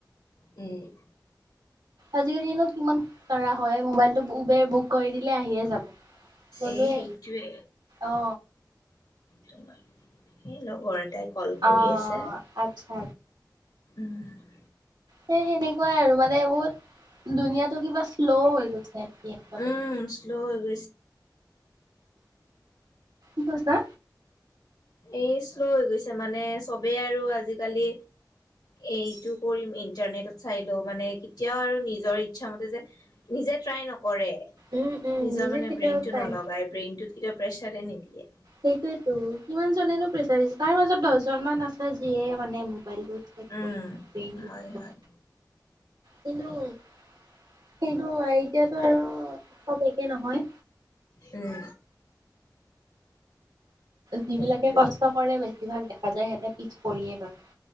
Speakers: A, on the left; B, on the right.
A: উম
B: আজিকালিনো কিমান কাৰা হয়? ম'বাইলটো উবেৰ বুক কৰি দিলে আহিয়ে যাব। গ'লোৱে
A: এ সেইটোৱে।
B: অ
A: তোমাৰ সেই লগৰ এটাই কল কৰি
B: অ
A: আছে।
B: আচ্ছা
A: উম।
B: সে সেনেকুৱাই আৰু মানে বহুত দুুনীয়া টো কিবা চ্ল' হৈ গৈছে এনেকুৱা লাগে
A: উম চ্ল' হৈ গৈছে।
B: কি কৈছা?
A: এ চ্ল' হৈ গৈছে মানে চবেই আৰু আজিকালি এইটো কৰিম ইণ্টাৰনেটত চাই লও মানে কেতিয়াও আৰু নিজৰ ইচ্ছামতে যে নিজে ট্ৰাই নকৰে।
B: উম উম
A: নিজৰ
B: নিজে
A: মানে
B: কেতিয়াও
A: ব্ৰেইন টো
B: পাই
A: নলগাই ব্ৰেইনটোত কেতিয়াও প্ৰেচাৰে নিদিয়ে।
B: সেইটোয়েতো কিমান জনেনো প্ৰেচাৰ তাৰ মাজত দহজন মান আছে যিয়ে মানে মোবাইলটো চেক
A: উম,
B: কৰি ব্ৰেইন ইউজ
A: হয়
B: কৰে
A: হয়।
B: <unintelligible> সেইটো এতিয়াতো আৰু চব একে নহয়।
A: উম।
B: যি
A: সেইটোৱে
B: বিলাকে কষ্ট কৰে বেছিভাগ দেখা যায় সিহঁতে পিছ পৰিয়ে ৰয়।